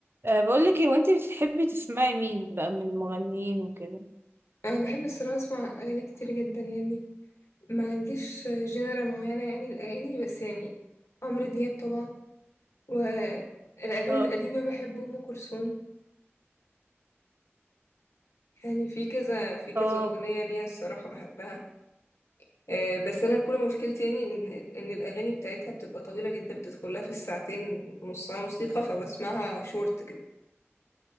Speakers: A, on the right; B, on the left.
A: أه بقول لك ايه وانت بتحبي تسمعي مين بقى من المغنيين وكده
B: انا بحب الصراحه اسمع اغاني كتير جدا يعني ما عنديش جنرا معينه يعني الاغاني بس يعني عمرو دياب طبعا والاغاني
A: اه
B: القديمه بحب ام كلثوم يعني في كذا في كذا
A: اه
B: اغنيه ليها الصراحه بحبها آه، بس انا كل مشكلتي يعني ان ان الاغاني بتاعتها بتبقى طويله جدا بتدخلها في الساعتين نصها موسيقى فبسمعها شورت كده